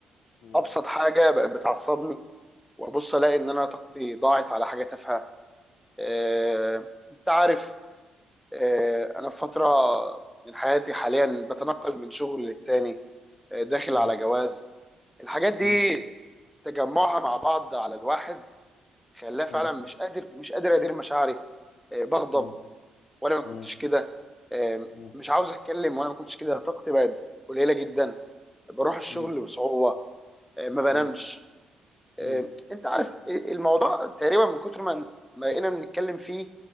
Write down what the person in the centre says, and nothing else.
أبسط حاجة بقت بتعصبني وابص الاقي ان انا طاقتي ضاعت على حاجه تافهه آه، انت عارف آه، انا في فتره من حياتي حاليا بتنقل من شغل للتاني آه، داخل
على جواز الحاجات دي
تجمعها مع بعض على الواحد خلاه فعلا
مش قادر مش قادر ادير مشاعري آه، بغضب
وانا ما كنتش
كده آه،
مش عاوز اتكلم وانا ما كنتش كده طاقتي بقت قليله جدا بروح الشغل
بصعوبه آه، ما بنامش
آه،
انت عارف آه، الموضوع تقريبا من كتر ما ما بقينا بنتكلم فيه